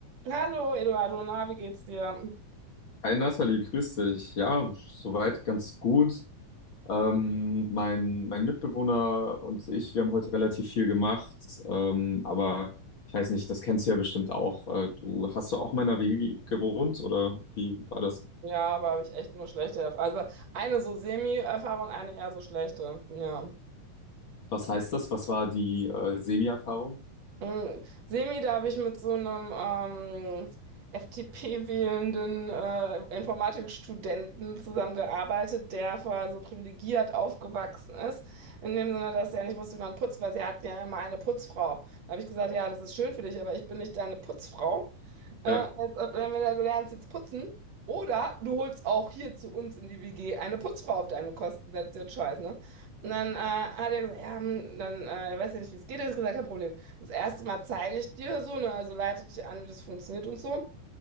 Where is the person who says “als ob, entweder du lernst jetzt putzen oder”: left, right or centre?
Right